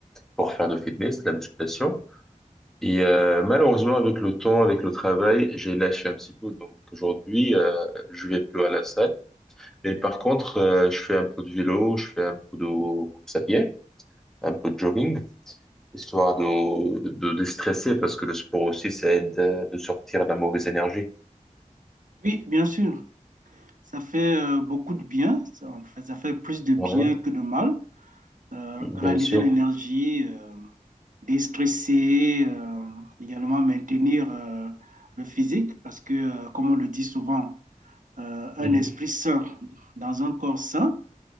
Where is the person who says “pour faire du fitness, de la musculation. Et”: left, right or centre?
Centre